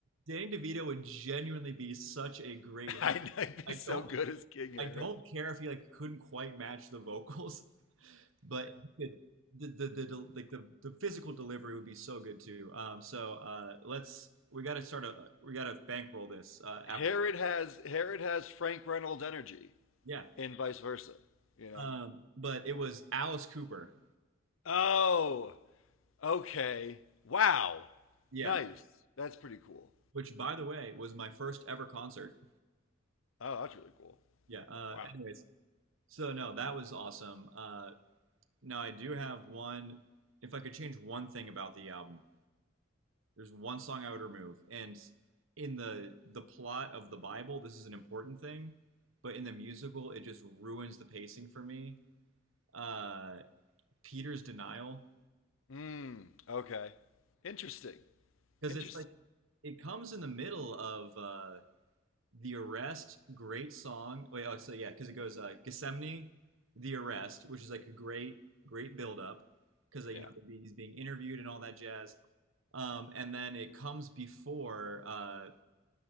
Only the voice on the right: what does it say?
Danny DeVito would genuinely be such a great.
I
don't
I don't care if he like couldn't quite match the vocals, <laughs> but it, the, the the the like the the physical delivery would be so good too. Um, so uh, let's we got to start a we got to bankroll this uh, after
yeah.
Um, but it was Alice Cooper.
Yeah,
which by the way was my first ever concert.
Yeah. Uh,
anyways, So no, that was awesome. Uh, now I do have one. If I could change one thing about the album, there's one song I would remove, and in the the plot of the Bible, this is an important thing, but in the musical, it just ruins the pacing for me. Uh, Peter's denial,
because
it's like it comes in the middle of uh, The Arrest, great song. Wait, oh, so yeah, because it goes uh, Gethsemane, The Arrest, which is like a great, great build up because you
know he's being interviewed and all that jazz. Um, and then it comes before, uh,